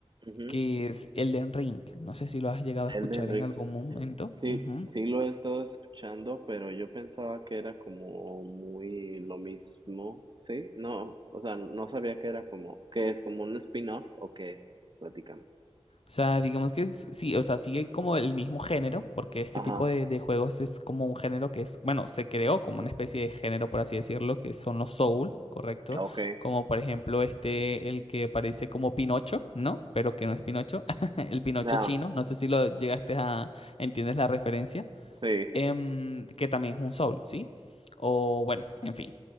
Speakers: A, on the right (about 45°); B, on the left (about 65°).
A: Ujú,
B: que es Elden Ring. No sé si lo has llegado a escuchar
A: Elden
B: en
A: Ring?
B: algún momento.
A: Sí,
B: Ujú.
A: sí lo he estado escuchando, pero yo pensaba que era como muy lo mismo, ¿sí? No, o sea, no sabía que era como, ¿qué es? ¿Como un spin-off o qué es? Platícame.
B: O sea, digamos que es- sí, o sea, sigue como el mismo género, porque este
A: Ajá,
B: tipo de, de juegos es como un género que es, bueno, se creó como una especie de género, por así decirlo, que son los soul, ¿correcto?
A: ok.
B: Como por ejemplo este, el que parece como Pinocho, ¿no? Pero que no es Pinocho, <laughs> el Pinocho
A: No,
B: chino, no sé si lo llegaste a, ¿entiendes la referencia?
A: sí,
B: em, que también es un Soul, ¿sí? O bueno, en fin.